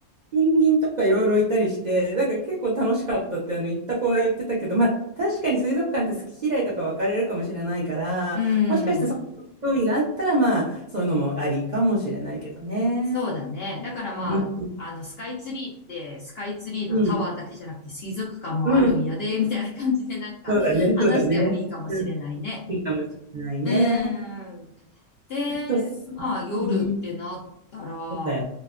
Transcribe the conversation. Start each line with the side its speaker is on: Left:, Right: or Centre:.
Right: ペンギンとかいろいろいたりして、なんか結構楽しかったってあの行った子は言ってたけど、まあ確かに水族館って好き嫌いとか分かれるかもしれないから、
Left: うん。
Right: もしかしてその興味があったらまあそういうのもありかもしれないけどね。
Left: そうだね。だからまあ、
Right: うん、
Left: あの、スカイツリーって、スカイツリーのタワーだけじゃなくて水族館もあるんやで、
Right: うん、うん、
Left: <laughs> みたいな感じでなんか話してもいいかもしれないね。
Right: そうだね、そうだね。うん、いいかもしれないね。
Left: うん。で、
Right: あと、すうん、
Left: まあ夜ってなったら、
Right: そうだよ。